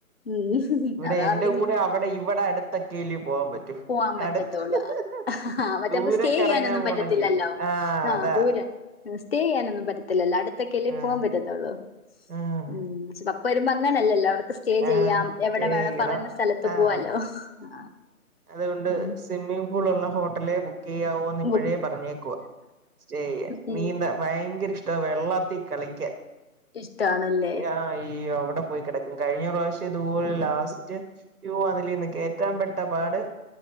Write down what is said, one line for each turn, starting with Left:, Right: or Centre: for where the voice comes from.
Left: ഉം
Right: ഇവിടെ
Left: അതാ
Right: എന്റെ
Left: അവരിങ്ങനെ
Right: കൂടെ അവിടെ ഇവിടെ അടുത്തൊക്കെയില്ലേ പോകാൻ പറ്റു റ്റു
Left: പോവാൻ പറ്റത്തുള്ളൂ
Right: അടുത്ത് അഹ
Left: ആ
Right: ഹ
Left: മറ്റേ
Right: ദൂരെ
Left: നമുക്ക് സ്റ്റേ
Right: കറങ്ങാൻ
Left: ചെയ്യാനൊന്നും
Right: പോണങ്കിൽ
Left: പറ്റത്തില്ലല്ലോ
Right: ആഹ്
Left: ആ
Right: അതാ
Left: ദൂരെ സ്റ്റേ ചെയ്യാനൊന്നും പറ്റത്തില്ലല്ലോ അടുത്തൊക്കെല്ലേ
Right: ആഹ്
Left: പോകാൻ പറ്റത്തുള്ളൂ
Right: ആഹ്
Left: ഉം വരുമ്പോ അങ്ങനെല്ലല്ലോ അവർക്ക് സ്റ്റേ
Right: ആഹ്
Left: ചെയ്യാം
Right: സ്റ്റേ
Left: എവിടെ വേണ
Right: ചെയ്യണം
Left: പറയുന്ന സ്ഥലത്ത്
Right: ആഹ്
Left: പോവാാലോ ആ
Right: അതുകൊണ്ട്
Left: ഉം
Right: സ്വിമ്മിംഗ് പൂൾ ഉള്ള ഹോട്ടലെ ബുക്ക് ക്കെയാവൊന്ന്
Left: ഉം
Right: ഇപ്പോഴേ പറഞ്ഞേക്കുവാ സ്റ്റെ ചെയ്യാൻ
Left: ഉം,
Right: നീന്താ ഭയങ്കര ഇഷ് ആ വെള്ളത്തി കളിക്കാൻ
Left: ഇഷ്ടണല്ലേ
Right: ആ ഈ അവിടെ പോയി കിടക്ക കഴിഞ്ഞ പ്രാവശ്യം ഇതുപോലെ ലാസ്റ്റ് അതിൽന്ന് കയറ്റാൻ പെട്ട പാട്